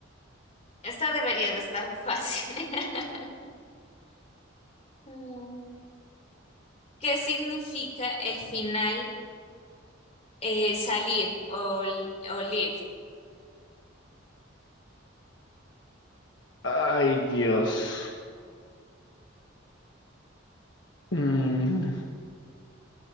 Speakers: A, on the left (about 30°); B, on the left (about 60°).
A: esta debería de estar fácil. <laughs> Mm. ¿Qué significa el final? Eh, salir o, li- o live.
B: Ay, Dios. Mm,